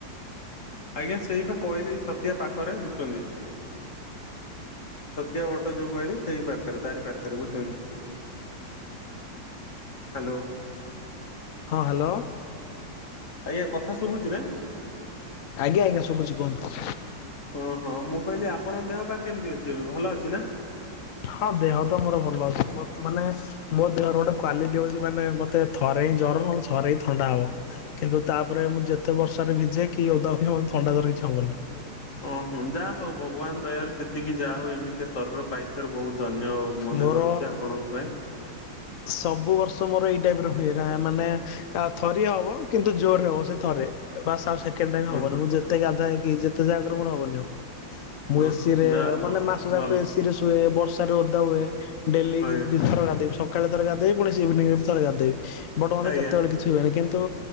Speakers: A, on the left; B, on the left.
A: ଆଜ୍ଞା ସେଇ ବା କହିଲି ଛତିଆ ପାଖରେ ବୁଝୁଛନ୍ତି ଛତିଆ ବଟ ଯୋଉ କହିଲେ ସେଇ ପାଖରେ ତାରି ପାଖରେ ବୁଝୁଛନ୍ତି। ହାଲୋ
B: ହଁ ହାଲୋ
A: ଆଜ୍ଞା କଥା ଶୁଭୁଛି ନା
B: ଆଜ୍ଞା ଆଜ୍ଞା ଶୁଭୁଛି କୁହନ୍ତୁ
A: ହଁ ହଁ ମୁଁ କହିଲି ଆପଣଙ୍କ ଦେହ ପା କେମିତି ଅଛି ଏବେ ଭଲ ଅଛି ନା?
B: ହଁ ଦେହ ତ ମୋର ଭଲ ଅଛି ମୋ ମାନେ ମୋ ଦେହର ଗୋଟେ କ୍ୱାଲିଟି ହଉଛି ମାନେ ମତେ ଥରେ ହିଁ ଜର ନହେଲେ ଥରେ ହିଁ ଥଣ୍ଡା ହବ। କିନ୍ତୁ ତାପରେ ମୁଁ ଯେତେ ବର୍ଷାରେ ଭିଜେ କି ଓଦା ହୁଏ ମତେ ଥଣ୍ଡା ଜର କିଛି ହବନି।
A: ଓହଁ ଯାହା ହଉ ଭଗବାନ ଦୟାରୁ ସେତିକି ଯାହା ହଉ ଏମିତିଆ ଶରୀର ପାଇଥିବାରୁ ବହୁତ୍ ଧନ୍ୟ ହଉ। ମନେ
B: ମୋର
A: କରୁଛି ଆପଣଙ୍କ ପାଇଁ।
B: ସବୁ ବର୍ଷ ମୋର ଏଇ ଟାଇପ୍ ରେ ହୁଏ ଗା ମାନେ ଥ ଥରେ ହବ କିନ୍ତୁ ଜୋର ହବ ସେ ଥରେ ଆ ସେଣ୍ଡ ଟାଇ
A: ହଁ
B: ହବନି
A: ହଁ
B: ମୁଁ ଯେ ଏତେ ଗାଧା ହେଇକି ଯେତେ ଜାଗାରେ ମୋର ହବନି ଆଉ ମୁଁ
A: ହଁ
B: ଏସିରେ
A: ଯାହା ହଉ
B: ମାନେ ମାସ ଯାକ
A: ଭଲ
B: ଏସି ରେ ଶୁଏ ବର୍ଷାରେ ଓଦା ହୁଏ ଡେଲି
A: ଆଜ୍ଞା
B: ଏମିତି ଦିଥର ଗାଧେଇ ବି ସକା କାଳେ ଥରେ ଗାଧେଇବି ଇଭିନିରେ ଥରେ ଗାଧେଇବି ବଟ୍ ମତେ
A: ଆଜ୍ଞା
B: କେତେବେଳେ କିଛି ହୁଏନି କିନ୍ତୁ